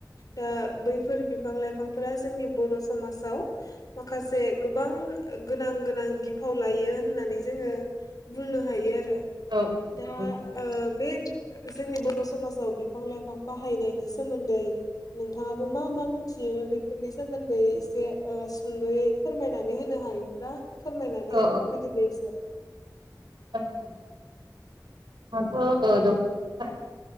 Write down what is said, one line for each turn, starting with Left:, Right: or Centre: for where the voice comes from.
Left: दा बैफोर बिफां लाइफांफोरा जोंनि बर' समाजाव माखासे गोबां गोनां गोनां बिफाव लायो होननानै जोङो बुंनो हायो आरो।
Right: औ औ
Left: दा
Right: नंगौ
Left: ओ बे जोंनि बर' समाजाव बिफां लाइफां बाहायनायनि सोमोन्दै दाबो मा मा मो थियो बेफोरनि सोमोन्दै एसे ओ सुंदुयै फोरमायनानै होनो हायो। दा फोरमायनानै
Right: औ
Left: होदोदे एसे।
Right: जागोन दे नोंथां। आंथ' ओ दंफांनि बागै